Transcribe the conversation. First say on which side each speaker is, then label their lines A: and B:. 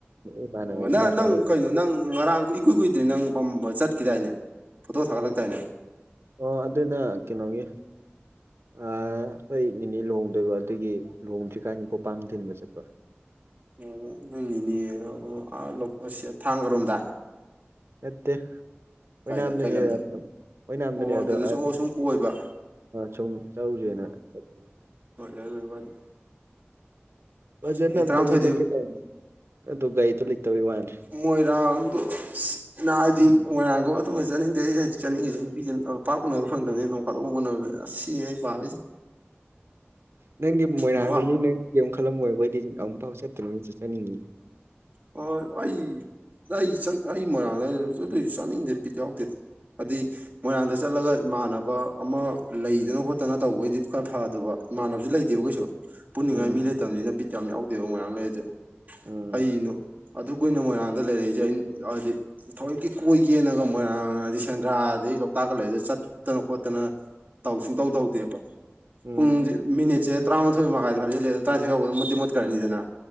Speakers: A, on the right; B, on the right.
A: ꯏꯃꯥꯟꯅꯕ
B: ꯑꯣ ꯑꯣ ꯅꯪ
A: ꯏꯅꯥꯎꯄꯥꯈꯩꯒ
B: ꯅꯪ ꯀꯩꯅꯣ ꯅꯪ ꯉꯔꯥꯡ ꯀꯨꯏ_ _ ꯏꯀꯨꯏ ꯀꯨꯏꯗ꯭ꯔꯤ ꯅꯪ ꯕꯝꯖ ꯆꯠꯀꯤꯗꯥꯏꯅꯦ ꯐꯣꯇꯣ ꯊꯥꯒꯠꯂꯛꯇꯥꯏꯅꯦ꯫
A: ꯑꯣ ꯑꯗꯨꯅ ꯀꯩꯅꯣꯒꯤ꯫ ꯑꯥ ꯑꯩ ꯅꯤꯅꯤ ꯂꯨꯍꯣꯡꯗꯣꯏꯕ ꯑꯗꯨꯒꯤ ꯂꯨꯍꯣꯡꯗ꯭ꯔꯤꯀꯥꯟꯒꯤ ꯄꯣꯄꯥꯡ ꯊꯤꯟꯕ ꯆꯠꯄ꯫
B: ꯑꯣ ꯅꯣꯏ ꯅꯦꯅꯦ ꯑꯣ ꯑꯥ ꯂꯣꯄ ꯁꯦ ꯊꯥꯡꯒꯔꯣꯝꯗ
A: ꯅꯠꯇꯦ ꯑꯣꯏꯅꯥꯝꯗꯅꯦ
B: ꯀꯥꯏꯗ ꯀꯩ ꯂꯝꯗ
A: ꯑꯣꯏꯅꯥꯝꯗꯅꯤ
B: ꯑꯣ
A: ꯑꯗꯣ
B: ꯑꯗꯨꯗꯁꯨ
A: ꯑ
B: ꯑꯣ ꯁꯨꯝ ꯀꯣꯏꯕ
A: ꯁꯨꯝ ꯆꯠꯂꯨꯁꯦꯅ
B: ꯑꯣ
A: ꯆꯠꯄꯅꯦ꯫
B: ꯍꯣꯏ <unintelligible>
A: ꯐꯖꯅ
B: ꯃꯤꯅꯤꯠ
A: ꯑꯝꯇꯪꯒ
B: ꯇꯔꯥꯃꯥꯊꯣꯏꯗꯤ
A: ꯆꯠꯀꯦ ꯇꯧꯅꯦ ꯑꯗꯣ ꯒꯥꯔꯤꯗꯣ ꯂꯩꯇꯕꯩ ꯋꯥꯅꯤ
B: ꯃꯣꯏꯔꯥꯡꯗꯣꯅ ꯍꯥꯏꯗꯤ ꯃꯣꯏꯔꯥꯡꯗꯣ ꯑꯗꯨꯃ ꯆꯠꯅꯤꯡꯗꯦ ꯑꯩ ꯍꯧꯖꯤꯛ ꯆꯠꯅꯤꯡꯉꯤꯗꯨꯅꯤ <unintelligible> ꯄꯥꯛ ꯎꯅꯕ ꯐꯪꯗꯕꯅꯤ ꯅꯣꯡ ꯐꯗꫭꯛ ꯎꯅꯕꯗꫭ ꯑꯁ ꯁꯤꯅ‌ꯦ ꯑꯩ ꯄꯥꯝꯃꯤꯁꯦ
A: ꯅꯪꯗꯤ ꯃꯣꯏꯔꯥꯡꯗꯩꯅꯤꯅꯪ
B: ꯃꯃꯥ
A: ꯀꯔꯤꯝ ꯈꯜꯂꯝꯃꯣꯏ ꯑꯩꯈꯣꯏꯗꯤ ꯑꯃꯨꯛꯐꯥꯎ ꯆꯠꯇꯔꯤꯅꯤꯅ ꯆꯠꯆꯅꯤꯡꯉꯤ
B: ꯍꯣꯏ ꯑꯩ ꯑꯩ ꯑꯩ ꯃꯣꯏꯔꯥꯡꯗ ꯑꯗꯨꯣꯏꯁꯨ ꯆꯥꯅꯤꯡꯗꯦ ꯚꯤꯠ ꯌꯥꯎꯗꯦꯗ꯫ ꯑꯗꯨꯗꯤ
A: ꯎꯝ
B: ꯃꯣꯏꯔꯥꯡꯗ ꯆꯠꯂꯒ ꯏꯃꯥꯟꯅꯕ ꯑꯃ ꯂꯩꯗꯅ ꯈꯣꯠꯇꯅ ꯇꯧꯕꯑꯣꯏꯗꯤ ꯈꯔ ꯐꯗꯕ ꯏꯃꯥꯟꯅꯕꯁꯨ ꯂꯩꯇꯦꯕ ꯀꯩꯁꯨ ꯄꯨꯅꯤꯡꯉꯥꯏ
A: ꯎꯝ
B: ꯃꯤ ꯂꯩꯇꯕꯅꯤꯅ ꯕꯤꯠ ꯌꯥꯝ ꯌꯥꯎꯗꯦꯕ ꯉꯣꯏꯔꯥꯡ ꯂꯩꯔꯁꯨ꯫
A: ꯎꯝ
B: ꯀꯩꯅꯣ ꯑꯗꯨꯛ ꯀꯨꯏꯅ ꯃꯣꯏꯔꯥꯡꯗ ꯂꯩꯔꯛꯏꯁꯦ ꯑꯩꯅ ꯍꯥꯏꯗꯤ ꯊꯣꯑꫭꯏꯀꯤ ꯀꯣꯏꯒ‌ꯦꯅꯒ ꯃꯣꯏꯔꯥꯡ ꯑꯩꯗꯤ ꯁꯦꯟꯗ꯭ꯔꯥ ꯑꯗꯩ ꯂꯣꯛꯇꯥꯛꯀ ꯂꯩꯕꯗꯨ ꯆꯠꯇꯅ ꯈꯣꯠꯇꯅ ꯇꯧ ꯁꯨꯡ ꯇꯧ ꯇꯧꯗꯦꯕ꯫
A: ꯎꯝ
B: ꯄꯨꯡꯁꯦ ꯃꯤꯅꯤꯠꯁꯦ ꯇꯔꯥꯃꯥꯊꯣꯏ ꯃꯈꯥꯏꯗ ꯐꯖꯤꯂ ꯑꯗꯨꯝ ꯇꯔꯥꯊꯣꯏ ꯐꯥꯎꯕꯣ ꯃꯨꯠꯇꯤ ꯃꯨꯠꯈ꯭ꯔꯅꯤꯗꯅ꯫